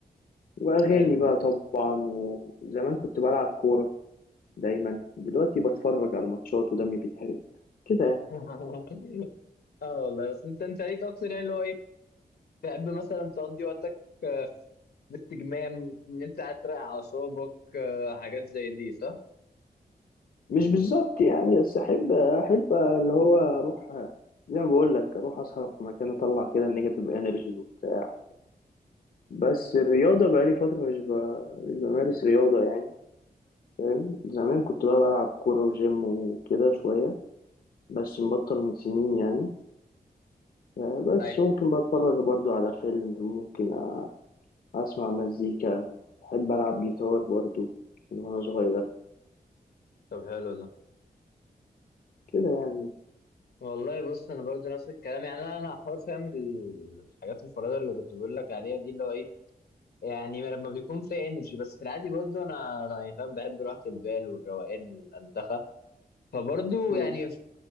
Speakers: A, on the left; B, on the left.
A: واغاني
B: حلو
A: بقى
B: ده
A: طبعا وزمان كنت بلعب كوره دايما دلوقتي بتفرج على الماتشات ودمي بيتحرق كده يعني
B: <laughs> اه والله بس انت انت ليك اكتر يعني اللي هو ايه تحب مثلا تقضي وقتك آه، في استجمام ان انت قاعد تراقع اعصابك آه، حاجات زي دي صح
A: مش بالظبط يعني بس احب احب اللي هو اروح زي ما بقول لك اروح اسهر في مكان اطلع كده النيجاتيف انرجي وبتاع بس الرياضه بقى لي فتره مش ب... مش بمارس رياضه يعني فاهم زمان كنت بقى بلعب كوره وجيم وكده شويه بس مبطل من سنين يعني آه، بس
B: ايوه
A: ممكن بقى اتفرج برضو على فيلم ممكن آه، اسمع مزيكا بحب العب جيتار برضو من وانا صغير
B: طب حلو ده
A: كده يعني
B: والله بص انا برضو نفس الكلام يعني انا انا حوار فاهم ال- الحاجات الفريده اللي كنت بقول لك عليها دي اللي هو ايه يعني لما بيكون في انرجي بس في العادي برضو انا أنا يعني فاهم بحب راحه البال والروقان والانتخه فبرضو
A: مم.
B: يعني ف-